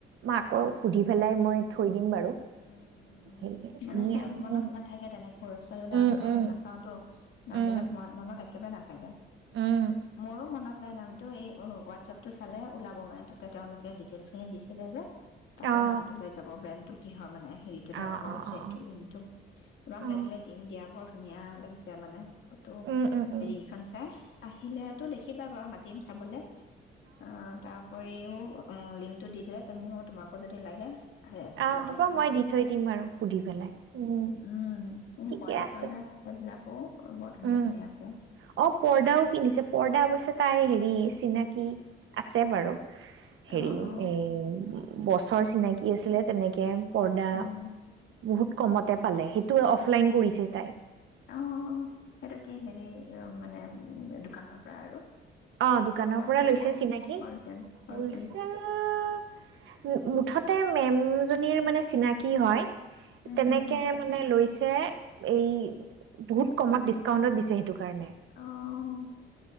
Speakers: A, on the right (about 75°); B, on the left (about 75°).
A: মই আকৌ সুধি পেলাই মই থৈ দিম বাৰু
B: উম! উম! উম!
A: হেৰিকে
B: মানে
A: ধুনীয়া
B: সেই
A: উম,
B: মনত নাথাকে তেনেকে, ৱেবছাইট বিলাক
A: উম,
B: আমি সদায়
A: উম,
B: নাচাওটো নাম
A: উম,
B: বিলাক মই মনত কেবাৰে নাথাকে,
A: উম,
B: মোৰো মনত নাই নামটো এই অহ হোৱাটছএপ টো চালে ওলাব মানে তাতে তেওঁলোকে ডিটেইলচ খিনি দিছিলে যে, তাতে
A: অ',
B: নামটো লৈ যাব ব্ৰেন কিহৰ মানে? হেৰিটো তেওঁলোকৰ
A: অ', অ',
B: ৱেবচাইটোৰ
A: অ', অ',
B: লিংকটো তোমাক
A: অ
B: লাগিলে দিম দিয়া <unintelligible> ধুনীয়া লাগিছে মানে ফটো
A: উম, উম, উম,
B: হেৰি ইখন চা আহিলেতো দেখিবা বাৰু মাতিম চাবলে অ', তাৰ উপৰিও উম, লিং টো দি দিলে তুমিও তোমাকো যদি লাগে
A: অ',
B: ল'ব
A: হ'ব
B: পাৰা
A: মই দি থৈ দিম আৰু সুধি পেলাই, উ
B: উম, এনে
A: ঠিকে
B: পৰ্দা
A: আছে।
B: চৰ্দা <unintelligible>
A: উম,
B: ধুনীয়া আছে।
A: অ', পৰ্দাও কিনিছে পৰ্দা অৱশ্যে তাই হেৰি চিনাকি আছে বাৰু
B: অ',
A: হেৰি
B: অ',
A: এই বছৰ চিনাকি আছিলে তেনেকে। পৰ্দা
B: উম,
A: বহুত কমতে পালে সেইটো অফলাইন কৰিছে তাই।
B: অ'। সেইটো কি হেৰি মানে উ দোকানৰ পৰা আৰু
A: অ' দোকানৰ
B: হ'লচেল
A: পৰায়ে লৈছে
B: নে?
A: চিনাকি
B: হ'লচেল হ'লচেল
A: হোলচেল মুঠতে মেমজনীৰ মানে চিনাকী হয়।
B: উম,
A: তেনেকে
B: উম, উম,
A: মানে লৈছে। তে এই বহুত কমত ডিচকাউণ্টত দিছে সেইটো কাৰণে
B: অ',